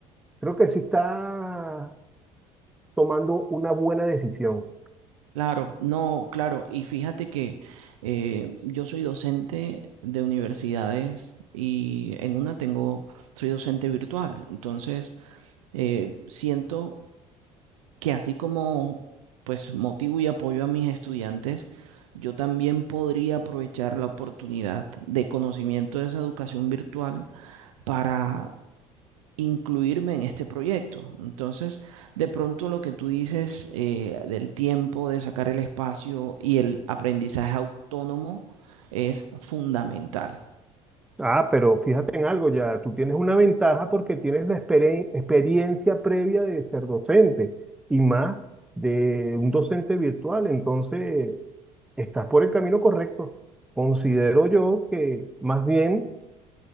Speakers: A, in the centre; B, on the right.
A: Creo que sí está tomando una buena decisión.
B: Claro, no, claro. Y fíjate que eh, yo soy docente de universidades y en una tengo, soy docente virtual. Entonces, eh, siento que así como pues motivo y apoyo a mis estudiantes, yo también podría aprovechar la oportunidad de conocimiento de esa educación virtual para incluirme en este proyecto. Entonces, de pronto lo que tú dices eh, del tiempo, de sacar el espacio y el aprendizaje autónomo es fundamental.
A: Ah, pero fíjate en algo ya, tú tienes una ventaja porque tienes la expere- experiencia previa de ser docente y más de un docente virtual, entonces estás por el camino correcto. Considero yo que más bien,